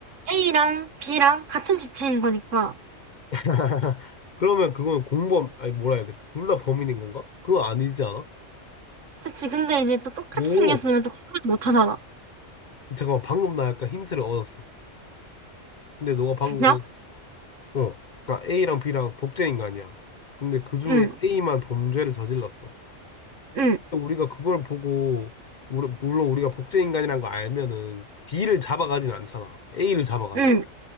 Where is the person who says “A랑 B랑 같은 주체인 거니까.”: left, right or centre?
Right